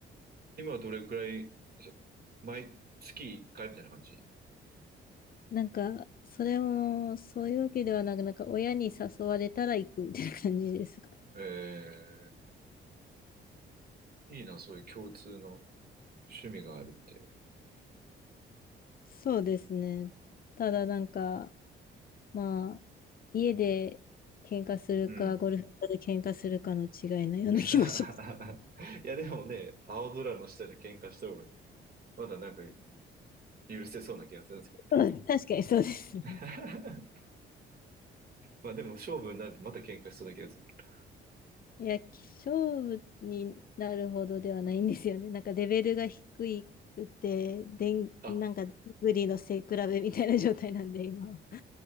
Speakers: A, on the right (about 50°); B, on the left (about 45°).
A: 今はどれくらい、そ毎月1回みたいな感じ
B: なんか、それも、そういうわけではなく、なんか親に誘われたら行くみたいな感じですかね。
A: えー、いいな、そういう共通の趣味があるっていうの。
B: そうですね。ただなんか、まあ、家で喧嘩するか、
A: うん。
B: ゴルフ場で喧嘩するかの違いのような気もします。
A: <laughs> いや、でもね、青空の下で喧嘩した方がまだなんか許せそうな気がするんですけどね。
B: <laughs> 確かにそうですね。
A: <laughs> まあでも勝負になるとまた喧嘩しそうな気がするけど。
B: いや、勝負になるほどではないんですよね。なんかレベルが低いくて、でん、
A: あ、
B: なんか、グリの背比べみたいな状態なんで、今は。